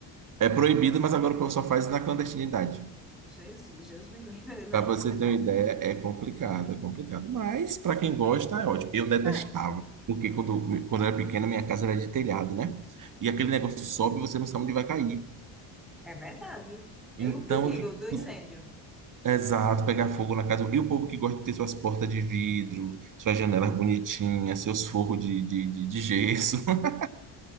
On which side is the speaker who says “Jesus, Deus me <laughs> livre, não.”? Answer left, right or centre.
Centre